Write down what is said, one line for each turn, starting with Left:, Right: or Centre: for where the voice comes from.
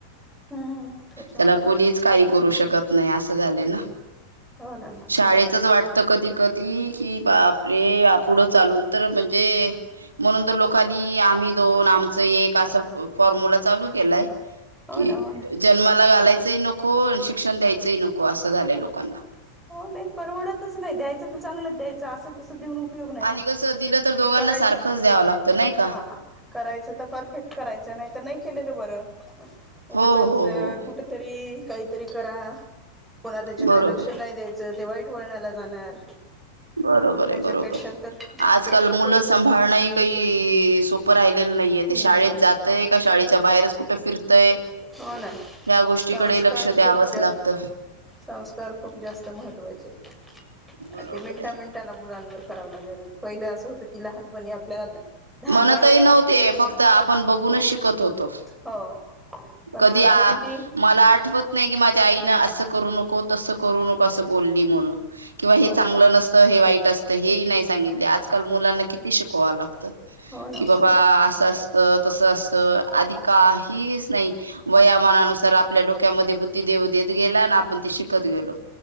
Centre: हम्म त्याच्यामुळे
Right: त्याला कुणीच काही करू शकत नाही असं झाले ना.
Centre: हो ना हो ना
Right: शाळेत असच वाटत कधी कधी की बापरे अ पुुढं चालून तर म्हणजे म्हणून तर लोकांनी आम्ही दोन आमच एक असं फॉर्म्यला चालू केलाय.
Centre: हो
Right: कि
Centre: ना हो ना.
Right: जन्माला घालायचंही नको आणि शिक्षण द्यायचंही नको असं झालंय लोकांना.
Centre: हो नाही परवडतच नाही द्यायचं तर चांगलंच द्यायचं असं तस देऊन उपयोग नाही ना
Right: आणि कसं दिलं तर दोघांना
Centre: करायच
Right: सारखंच द्यावं लागतं नाही का
Centre: हा करायच तर परफेक्ट करायचं नाही तर नाही केलेलं बरं उगाचच
Right: हो हो हो
Centre: कुठ तरी काहीतरी करा पुन्हा त्यांच्याकडे
Right: बरोबर
Centre: नाही द्यायच ते वाईट वळणाला जाणार.
Right: बरोबर
Centre: त्याच्यापेक्षा
Right: ये बरोबर.
Centre: तर नाही
Right: आजकाल
Centre: केलेलं
Right: मुलं
Centre: बरं
Right: सांभाळणंही काही सोपं राहिलेलं नाहीये ते शाळेत
Centre: नाही नाही.
Right: जात तय का शाळेच्या बाहेरच कुठं फिरतंय.
Centre: हो ना
Right: या गोष्टीकडे
Centre: संस्कार
Right: लक्ष द्यावंच
Centre: खूप जास्त
Right: लागतं.
Centre: संस्कार खूप जास्त महत्वाचे आहेत.
Right: बरोबर
Centre: आणि ते मिंट मिंटा मिनंटाला मुलांवर कराव लागायलय पहिलं असं होतं. की लहानपणी आपल्याला धाक
Right: मणतही
Centre: लावला
Right: नव्हते फक्त
Centre: ह
Right: आपण बघूनच शिकत होतो.
Centre: हो. पण
Right: कधी
Centre: आता
Right: आ
Centre: किती
Right: मला आठवत नाही की माझ्या आईनं असं करू नको तसं करू नको असं बोलली म्हणून किंवा हे
Centre: हो
Right: चांगलं
Centre: ना
Right: नसतं हे वाईट असतं. हेही नाही सांगितले आजकाल मुलांना किती शिकवाव लागतं.
Centre: हो ना
Right: कि बाबा
Centre: हो ना
Right: असं असत तसं असत आधी काहीच नाही. वयामानानुसार आपल्या डोक्यामध्ये बुद्धीदेव देत गेला आणि आपण ते शिकत गेलो.